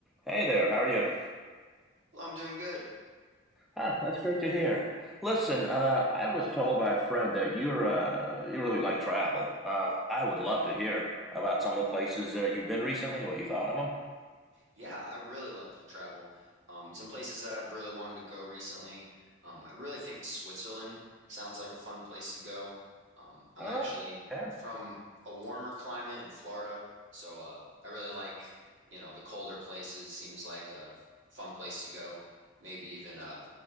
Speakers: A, in the centre; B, on the right.
A: Hey there, how are you?
B: Well, I'm doing good.
A: Ah, that's great to hear. Listen, uh, I was told by a friend that you're uh, you really like travel. Uh, I would love to hear about some of the places uh, you've been recently. What you thought of them?
B: Yeah, I really love to travel. Um, some places that I've really wanted to go recently. Um, I really think Switzerland sounds like a fun place to go. Um, I'm
A: Ah,
B: actually
A: yeah,
B: from a warmer climate in Florida, so uh, I really like, you know, the colder places. Seems like a fun place to go. Maybe even uh,